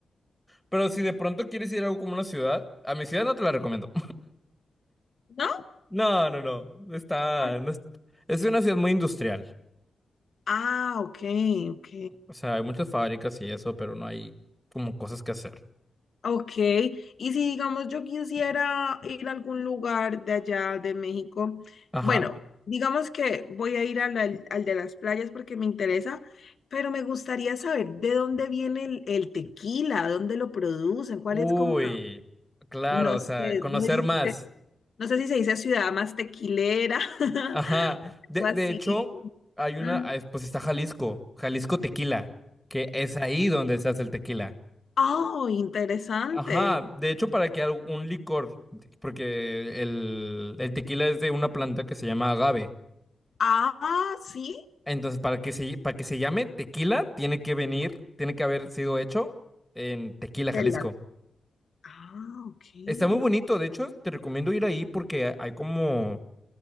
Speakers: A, in the centre; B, on the left (about 55°).
A: pero si de pronto quieres ir a algo como una ciudad, a mi ciudad no te la recomiendo,
B: ¿No?
A: <laughs> no, no, no, está,
B: Por-
A: no es, es una ciudad muy industrial,
B: Ah, ok, ok.
A: o sea, hay muchas fábricas y eso, pero no hay como cosas que hacer,
B: Ok, y si digamos yo quisiera ir a algún lugar de allá de México,
A: ajá,
B: bueno, digamos que voy a ir al, al- al de las playas porque me interesa, pero me gustaría saber de dónde viene el, el tequila, dónde lo producen, cuál
A: uy,
B: es como
A: claro,
B: No
A: o
B: sé,
A: sea, conocer
B: no sé si
A: más.
B: se, no sé si se dice ciudad más tequilera <laughs>
A: Ajá.
B: o
A: De,
B: algo
A: de
B: así.
A: hecho, hay una,
B: Mm,
A: ah, es- pues está Jalisco, Jalisco Tequila, que es ahí donde se hace el tequila.
B: Ah, oh, interesante.
A: Ajá. De hecho, para que al- un licor, porque el, el tequila es de una planta que se llama agave.
B: Ah, sí.
A: Entonces, para que se, para que se llame tequila, tiene que venir, tiene que haber sido hecho en Tequila, Jalisco.
B: el la- Ah, ok.
A: Está muy bonito, de hecho, te recomiendo ir ahí porque hay como,